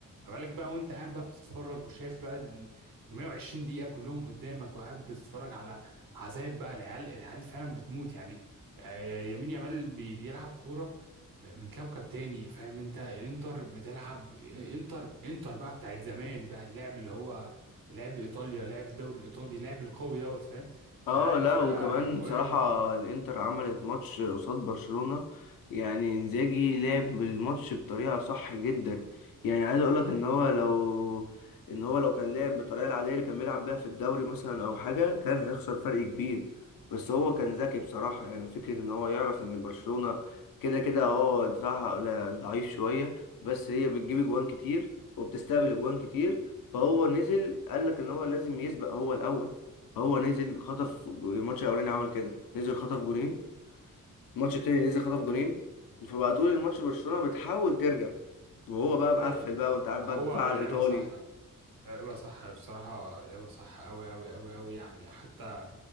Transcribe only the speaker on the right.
ما بالك بقى وانت قاعد بقى بتتفرج وشايف بقى ال ال 120 دقيقه كلهم قدامك وقاعد بتتفرج على عذاب بقى العيال العيال فعلا بتموت يعني آه، يمين يامال بي- بيلعب كوره م- من كوكب تاني فاهم انت الانتر بتلعب انتر انتر بقى بتاعت زمان بقى اللعب اللي هو لعب ايطاليا لعب الدوري الايطالي لعب القوي دوت فاهم
فلا الفرقه
قويه
قوي
ايوه
هو
لعبها
صح لعبها صح بصراحه لعبها صح قوي قوي قوي قوي يعني حتى